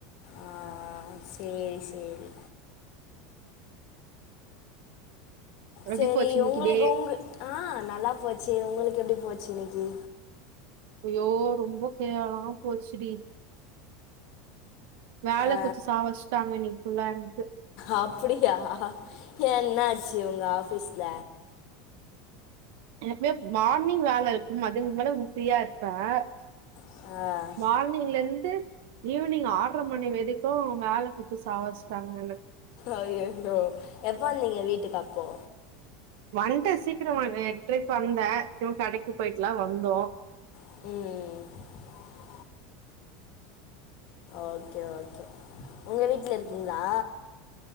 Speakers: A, on the left (about 45°); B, on the right (about 60°).
A: ஆ ஆ சேரி சேரி
B: எப்டி
A: செரி
B: போச்சு இன்னைக்கு
A: உங்களுக்கு
B: டே
A: உங்க ஆ நல்லா போச்சு உங்களுக்கு எப்டி போச்சு இன்னைக்கி
B: ஐயோ ரொம்ப கேவலமா போச்சுடி வேல
A: ஆ,
B: குத்து சாவடிஸ்டாங்க இன்னிக் ஃபுல்ல எனக்கு
A: அப்புடியா ஏ என்ன ஆச்சு உங்க ஆபீஸ்ல
B: எப்மே மார்னிங் வேல இருக்கு மதின்கு மேல வ ஃப்ரீயா இருப்ப
A: ஆ
B: மார்னிங்ல இருந்து ஈவினிங் ஆர்ற மணி வரிக்கு வேல குத்து சாவச்சிட்டாங்க எனக்கு
A: ஐயையோ எப்ப வந்தீங்க வீட்டுக்கு அப்போ
B: வண்ட்ட சீக்கிரமவே எட்றைக் வந்த சோ கடைக்கு போயிட்டுலா வந்தோ
A: ம் ம் ஓகே ஓகே உங்க வீட்ல இருக்கிங்ளா